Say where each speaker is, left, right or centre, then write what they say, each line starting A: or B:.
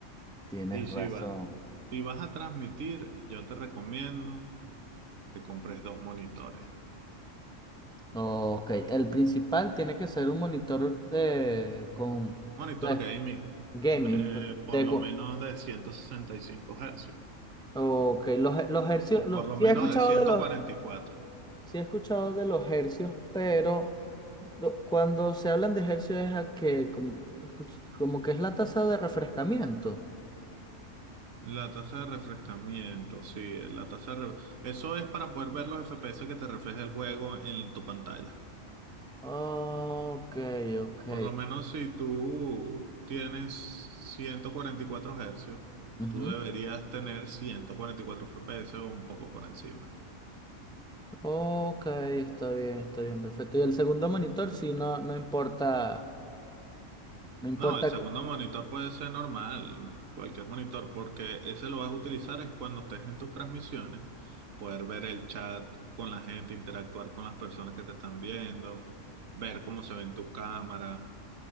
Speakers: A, in the centre; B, on the right (about 85°).
A: Tienes
B: Y
A: razón.
B: si va, si vas a transmitir, yo te recomiendo que compres dos monitores.
A: Ok, el principal tiene que ser un monitor de, con
B: Monitor
A: de
B: gaming,
A: gaming.
B: de
A: pr-
B: por
A: De,
B: lo
A: cu-
B: menos de 165 Hz,
A: ok, los, he- los hercios,
B: o
A: los,
B: por lo
A: sí
B: menos
A: he escuchado
B: de ciento
A: de los,
B: cuarenta y cuatro
A: sí he escuchado de los hercios, pero lo- cuando se hablan de hercios es a que como, escuch- como que es la tasa de refrescamiento.
B: La tasa de refrescamiento, sí, la tasa de re- Eso es para poder ver los FPS que te refleja el juego en tu pantalla.
A: Ok, ok.
B: Por lo menos si tú tienes 144 Hz,
A: ujú.
B: tú deberías tener 144 FPS o un poco por encima.
A: Ok, está bien, está bien, perfecto. Y el segundo monitor, sí, no, no importa, no importa
B: No, el segundo monitor puede ser normal, cualquier monitor, porque ese lo vas a utilizar es cuando estés en tus transmisiones, poder ver el chat con la gente, interactuar con las personas que te están viendo, ver cómo se ven tus cámaras.